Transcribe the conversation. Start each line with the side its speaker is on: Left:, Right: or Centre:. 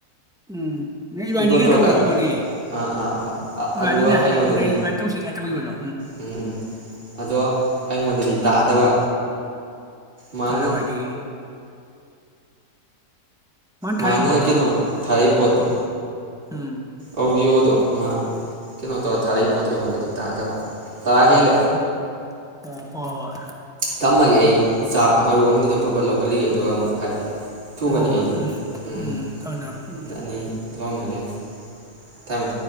Centre: ꯎꯝ ꯅꯪ ꯏꯕꯥꯅꯤꯒ
Right: ꯀꯣꯇꯣꯗ
Centre: ꯇꯧꯕꯗꯣ ꯑꯣꯏꯔꯝꯒꯅꯤ
Right: ꯑꯥ ꯑꯥ ꯑꯍꯣꯏ
Centre: ꯏꯕꯥꯅꯤꯅ
Right: ꯑꯗꯨꯒ
Centre: ꯍꯥꯏꯒꯠꯂꯦ
Right: ꯑꯩꯉꯣꯟꯗꯗꯤ
Centre: ꯅꯪ ꯏꯕꯥꯅꯤ ꯇꯧꯁꯤ ꯀꯥꯏ ꯇꯧꯈꯤꯕꯗꯣ
Right: ꯎꯝ ꯎꯝ ꯑꯗꯣ ꯑꯩꯉꯣꯟꯗꯗꯤ ꯇꯥꯗꯕ ꯃꯥꯅ
Centre: ꯀꯔꯦꯃ ꯀꯩ ꯊꯥꯔꯤ
Right: ꯃꯥꯅ
Centre: ꯄꯣꯠꯇꯣ
Right: ꯀꯩꯅꯣ ꯊꯥꯔꯩ ꯄꯣꯠꯇꯣ
Centre: ꯎꯝ
Right: ꯑꯣꯒꯤꯌꯣꯗꯣ ꯃꯥ ꯀꯩꯅꯣ ꯇꯧꯔ ꯊꯥꯔꯛꯏ ꯄꯣꯠꯇꯣ ꯑꯩꯉꯣꯟꯗꯗꯤ ꯇꯥꯗꯕ ꯇꯔꯥ ꯍꯦꯜꯂꯦ
Centre: ꯑꯣ ꯑ ꯑꯣ
Right: ꯊꯝꯃꯒꯦ ꯑꯩ ꯆꯥꯛ ꯃꯔꯨ ꯑꯃꯅꯤ ꯗ ꯐꯠꯠ ꯂꯧ ꯍꯣꯜꯂꯤꯒꯤ ꯑꯗꯨꯒ ꯑꯃꯨꯛ ꯍꯥꯏꯔꯛꯀꯦ ꯊꯨꯒꯅꯤ
Centre: ꯍꯣꯏ
Right: ꯑꯩꯗꯤ
Centre: ꯎꯝ
Right: ꯎꯝ
Centre: ꯊꯝꯃꯦ ꯊꯝꯃꯦ ꯎꯝ
Right: ꯑꯗ ꯑꯅꯤ ꯂꯧꯎꯅ ꯂꯩꯔꯦ ꯊꯝꯃꯦ